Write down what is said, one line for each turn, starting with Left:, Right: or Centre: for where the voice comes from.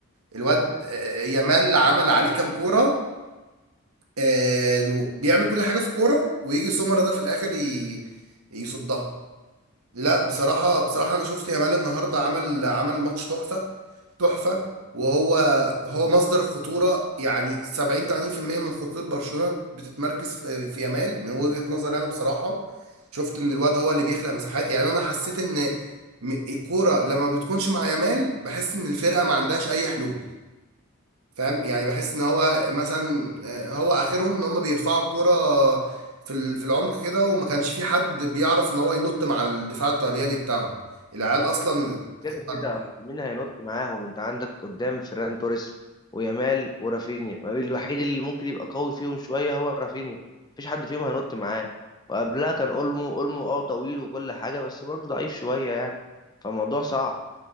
Right: الواد آه، يامال عمل عليه كام كورة آه، لو- بيعمل كل حاجه في كوره ويجي سمر ده في الاخر ي- يصدها لا بصراحه بصراحه انا شفت يامال النهارده عمل عمل ماتش تحفه تحفه وهو هو مصدر الخطوره يعني 70 80% من خطوره برشلونه بتتمركز في في يامال من وجهه نظري انا بصراحه شفت ان الواد هو اللي بيخلق مساحات يعني انا حسيت ان م- الكوره لما بتكونش مع يامال بحس ان الفرقه ما عندهاش اي حلول فاهم يعني بحس ان هو مثلا آه، هو اخرهم ان هم بيرفعوا الكوره في ال- في العمق كده وما كانش في حد بيعرف ان هو ينط مع الدفاع الطلياني بتاعهم العيال اصلا
Left: كده
Right: الطل-
Left: كده أصل مين هينط معاهم انت عندك قدام فيران توريس ويامال ورافينيا ما بين- الوحيد اللي ممكن يبقى قوي فيهم شويه هو رافينيا مفيش حد فيهم هينط معاه وقبلها كان اولمو اولمو اه طويل وكل حاجه بس برضه ضعيف شويه يعني فالموضوع صعب